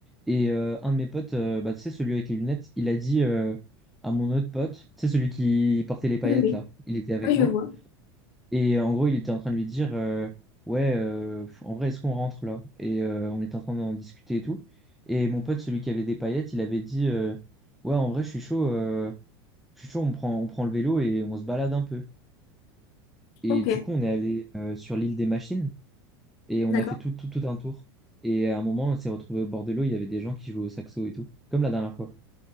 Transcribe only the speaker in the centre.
Et euh, un de mes potes, euh, bah, tu sais, celui avec les lunettes, il a dit euh, à mon autre pote, tu sais, celui qui portait les paillettes
là, il était avec
moi.
Et euh, en gros, il était en train de lui dire, euh, ouais, euh, f- en vrai, est-ce qu'on rentre là? Et euh, on était en train d'en discuter et tout. Et mon pote, celui qui avait des paillettes, il avait dit, euh, ouais, en vrai, je suis chaud, euh, je suis chaud, on prend, on prend le vélo et on se balade un peu. Et
du coup, on est allé euh, sur l'île des machines et on
a fait tout, tout, tout un tour. Et à un moment, on s'est retrouvé au bord de l'eau, il y avait des gens qui jouaient au saxo et tout, comme la dernière fois.